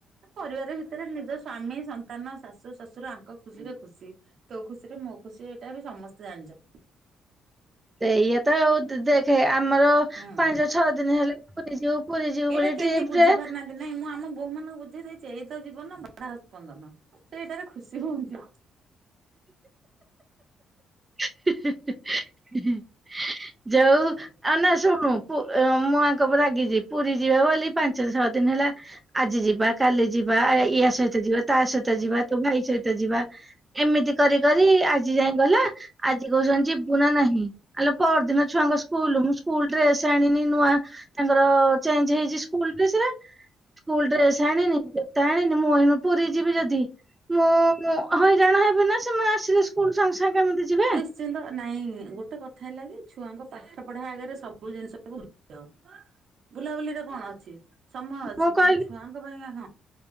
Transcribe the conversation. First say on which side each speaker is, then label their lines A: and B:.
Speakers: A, on the right (about 60°); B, on the right (about 20°).
A: ପରିବାର ଭିତରେ ନିଜ ସ୍ଵାମୀ ସଂ ସନ୍ତାନ ଶାଶୁ ଶ୍ୱଶୁର ଆଙ୍କ ଖୁସି ରେ ଖୁସି ତୋ ଖୁସି ରେ ମୋ ଖୁସି ଏଇଟା ବି ସମସ୍ତେ ଜାଣିଚନ୍ତି।
B: ସେଇ ଆତ ଆଉ। ଦେଖେ ଆମର
A: ହୁଁ।
B: ପାଞ୍ଚ ଛଅ ଦିନ ହେଲେ ପୁରୀ ଯିବୁ ପୁରୀ ଯିବୁ
A: ଏଇଟା
B: ବୋଲି
A: କେହି
B: ଟ୍ରି ପ୍
A: ବୁଝି
B: ଟେ
A: ପାରୁନାହାନ୍ତି ନାଇଁ ମୁଁ ଆମ ବୋଉ ମାନଙ୍କୁ ବୁଝେଇ ଦେଇେଚି ଏଇ ତ ଜୀବନ ବାଢାଅପନ୍ଦନ ସେ ଇଟାରେ ଖୁସି ହୁଅନ୍ତି।
B: ହେ ହେ ହେ। ହୁଁ ହୁଁ ଯଉ ଆଉ ନା ଶୁଣୁ ପୁ ଅଁ ମୁଁଆଙ୍କ ରାଗି ଯିବି। ପୁରୀ ଯିବା ବୋଲି ପାଞ୍ଚ ଛଅ ଦିନି ହେଲା ଆଜି ଯିବା କାଲି ଯିବା ଇଏ ସେ ସହି ଯିବା ତା ସହିତ ଯିବା ତୋ ଭାଇ ସହିତ ଯିବା ଏମିତି କରି କରି ଆଜି ଯାଏଁ ଗଲା ଆଜି କୋହୁଚନ୍ତି ଯିବୁ ନା ନାହିଁ ଆଲୋ ପହ ସେ ଦିନ ଛୁଆଙ୍କ ସ୍କୁଲୁ ମୁଁ ସ୍କୁଲ ଡ୍ରେସେ ଆଣିନି ନୂଆ ତାଙ୍କର ଚେଞ୍ଜ ହେଇଚି ସ୍କୁଲୁ ଡ୍ରେସ ରେ ସ୍କୁଲ ଡ୍ରେସ ଆଣିନି ଜୋତା ଆଣିନି ମୁଁ ଏଇନେ ପୁରୀ ଯିବି ଯଦି ମୁଁଁ ହଇରାଣ ହେବି ନା ସେ ମା ଆସିଲେ ସ୍କୁଲ୍ ସାଙ୍ଗେ ସାଙ୍ଗେ କେମିତି ଯିବେ।
A: ନ୍ତ ନାଇଁ ଗୋଟେ କଥା ହେଲା କି ଛୁଆଙ୍କ ପାଠ ପଢ଼ା ଆଗରେ ସବୁ ଜିନିଷଟାକୁ ଭୁଲିଅ।
B: ହଁ
A: ବୁଲାବୁଲି ରେ କଣ ଅଛି ସମୟ ଅଛି
B: ମୁଁ କହିଲି
A: କିନ୍ତୁ ଛୁଆଙ୍କ ପାଇଁ ହଁ।